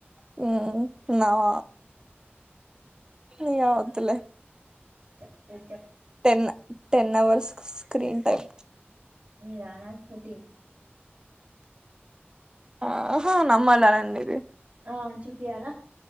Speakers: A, on the right; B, on the right.
A: హ్మ్ నావ ఇగ వద్దులే
B: చెప్పే
A: ten ten hours screen time
B: నిదా నాది ఫోర్టిన్
A: ఆహా నమ్మలని ఇది
B: అ చూపోయాల